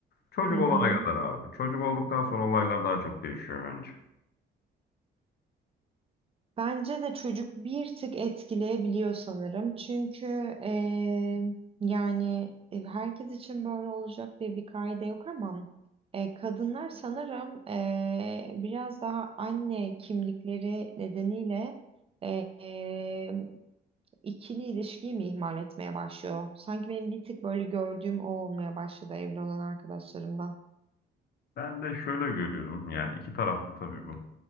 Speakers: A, on the left; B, on the right.
A: Çocuk
B: Hı
A: olana
B: hı.
A: kadar abi. Çocuk olduktan sonra olaylar daha çok değişiyor bence.
B: Bence de çocuk bir tık etkileyebiliyor sanırım. Çünkü eee, yani e, herkes için böyle olacak diye bir kaide yok ama e, kadınlar sanırım eee, biraz daha anne kimlikleri nedeniyle eee ikili ilişkiyi mi ihmal etmeye başlıyor? Sanki benim bir tık böyle gördüğüm o olmaya başladı evli olan arkadaşlarımdan.
A: Ben de şöyle görüyorum. Yani iki taraflı tabii bu.